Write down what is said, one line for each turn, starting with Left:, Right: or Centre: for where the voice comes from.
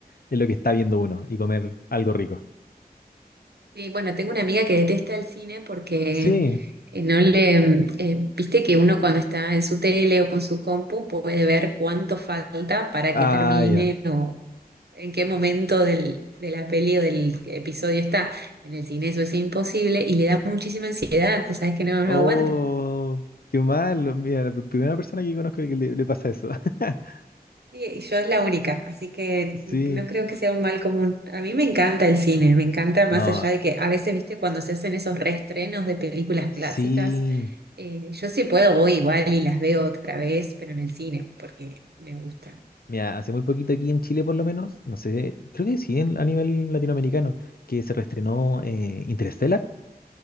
Left: en lo que está viendo uno y comer algo rico.
Right: Sí, bueno, tengo una amiga que detesta el cine porque
Left: Sí,
Right: eh, no le, mm, eh, viste que uno cuando está en su tele o con su compu puede ver cuánto falta para
Left: ah,
Right: que termine
Left: ya.
Right: o, en qué momento del, de la peli o del episodio está. En el cine eso es imposible y le da muchísima ansiedad, cosas que no, no
Left: Oh,
Right: aguanta.
Left: qué mal. Mira, la pr- primera persona que conozco que le, le pasa eso. <laughs>
Right: Sí, Y yo es la única, así que no
Left: Sí,
Right: creo que sea un mal común. A mí me encanta el cine, me encanta más
Left: no,
Right: allá de que a veces, viste, cuando se hacen esos reestrenos de películas
Left: sí.
Right: clásicas, eh, yo sí puedo, voy igual y las veo otra vez, pero en el cine, porque me gusta.
Left: Mira, hace muy poquito aquí en Chile por lo menos, no sé, creo que sí en- a nivel latinoamericano, que se reestrenó eh, Interstellar.